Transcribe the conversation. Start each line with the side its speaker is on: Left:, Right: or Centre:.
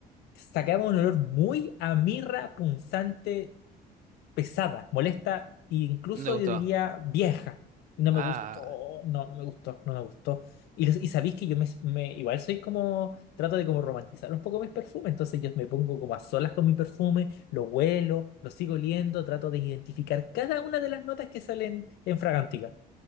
Left: sacaba un olor muy a mirra punzante, pesada, molesta e incluso
Right: No me gustó.
Left: yo diría vieja. Y no
Right: Ah,
Left: me gustó, no, no me gustó, no me gustó. Y, los- y sabéis que yo me, me- igual soy como, trato de como romantizar un poco mis perfumes, entonces yo me pongo como a solas con mi perfume, lo huelo, lo sigo oliendo, trato de identificar cada una de las notas que salen en Fragántica